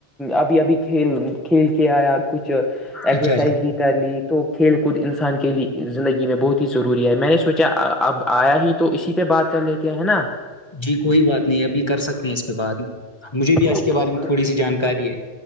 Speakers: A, in the centre; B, on the left.
A: ابھی ابھی کھیل کھیل کے آیا کچھ ایکسرسائز
B: اچھا اچھا
A: بھی کر لی تو کھیل کود انسان کے لیے زندگی میں بہت ہی ضروری ہے میں نے سوچا اب آیا ہی تو اسی پہ بات کر لیتے ہیں ہے نا
B: جی کوئی بات نہیں ابھی کر سکتے ہیں اس پہ بات مجھے بھی
A: بھائی
B: اس کے بارے میں تھوڑی سی جانکاری
A: جان
B: ہے